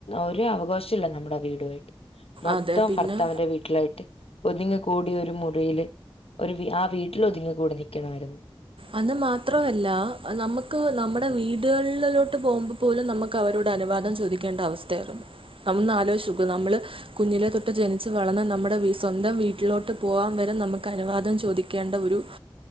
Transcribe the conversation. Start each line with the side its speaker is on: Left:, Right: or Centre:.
Left: ഒരു അവകാശവുമില്ല നമ്മുടെ വീടുവായിട്ട് മൊത്തം
Right: അതെ പിന്നെ
Left: ഭർത്താവിന്റെ വീട്ടിലായിട്ട് ഒതുങ്ങി കൂടി ഒരു മുറിയിലെ ഒരു ആ വീട്ടിൽ ഒതുങ്ങി കൂടി നിക്കണുണ്ട്
Right: അന്ന് മാത്രമല്ല നമ്മക്ക് നമ്മടെ വീടുകളിലോട്ട് പോകുമ്പോ പോലും നമ്മക്ക് അവരോട് അനുവാദം ചോദിക്കേണ്ട അവസ്ഥ ആയിരുന്നു നമ്മളൊന്ന് ആലോചിച്ചു ഓക്ക് നമ്മള് കുഞ്ഞിലെ തൊട്ട് ജനിച്ചു വളർന്ന് നമ്മടെ സ്വന്തം വീട്ടിലോട്ട് പോവാൻ വരെ നമുക്ക് അനുവാദം ചോദിക്കേണ്ട ഒരു